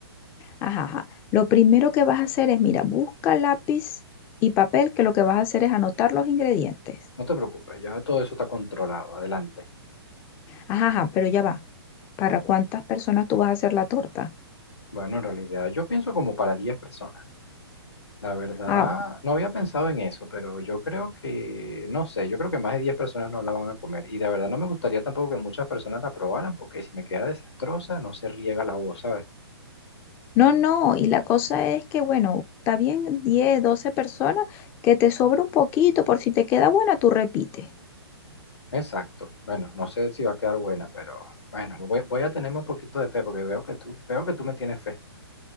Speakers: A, on the left (about 15°); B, on the left (about 80°).
A: Ajá, ajá. Lo primero que vas a hacer es, mira, busca lápiz y papel, que lo que vas a hacer es anotar los ingredientes.
B: No te preocupes, ya todo eso está controlado. Adelante.
A: Ajá, ajá, pero ya va. ¿Para cuántas personas tú vas a hacer la torta?
B: Bueno, en realidad yo pienso como para 10 personas. La verdad,
A: Ah,
B: no había pensado en eso, pero yo creo que, no sé, yo creo que más de 10 personas no la van a comer. Y de verdad no me gustaría tampoco que muchas personas la probaran, porque si me queda desastrosa, no se riega la voz, ¿sabes?
A: no, no. Y la cosa es que, bueno, está bien 10, 12 personas, que te sobra un poquito, por si te queda buena, tú repites.
B: Exacto. Bueno, no sé si va a quedar buena, pero bueno, voy, voy a tenerme un poquito de fe, porque veo que tú, veo que tú me tienes fe.